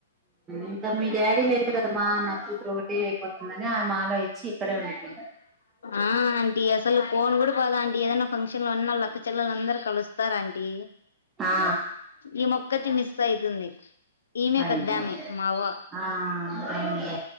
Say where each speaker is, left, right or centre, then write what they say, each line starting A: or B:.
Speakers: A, on the right; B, on the left.
A: ఇంకా మీ డాడీ లేడు కదమ్మా నా కూతురు ఒకటే అయిపోతుందని ఆమె మాలో ఇచ్చి ఇక్కడే ఉంటుంది
B: ఆ ఆంటీ అసలు పోను కూడా పోలా అంట ఏదనా ఫంక్షన్ లో ఉన్న లక్క చెల్లల అందరుూ కలుస్తారు అం టీ
A: ఆ
B: ఈ మ తి మిస్ అయితుంది ఈమె
A: అయ్యో
B: పెద్దామ మావ్వ
A: ఆ అవునులే